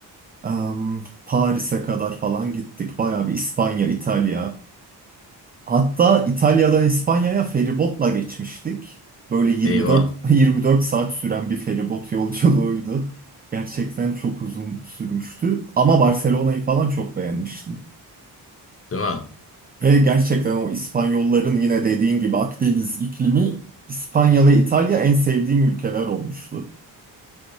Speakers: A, on the right; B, on the left.
A: Em, Paris'e kadar falan gittik. Bayağı bir İspanya, İtalya, Hatta İtalya'dan İspanya'ya feribotla geçmiştik. Böyle 24
B: Eyvah.
A: 24 <laughs> saat süren bir feribot yolculuğuydu. Gerçekten çok uzun sürmüştü ama Barcelona'yı falan çok beğenmiştim.
B: Değil mi?
A: Ve gerçekten o İspanyolların yine dediğin gibi Akdeniz iklimi İspanya ve İtalya en sevdiğim ülkeler olmuştu.